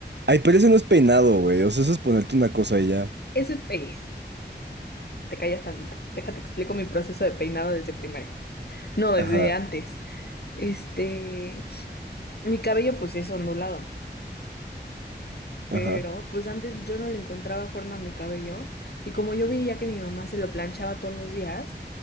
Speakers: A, on the right; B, on the left.
A: Ay, pero ese no es peinado, güey. O sea, eso es ponerte una cosa y ya.
B: Eso es pez. Te callas tantito. Déjate explico mi proceso de peinado desde primaria. No, desde
A: Ajá,
B: antes. Este, mi cabello pues es ondulado. pero
A: ajá,
B: pues antes yo no le encontraba forma a mi cabello y como yo veía que mi mamá se lo planchaba todos los días,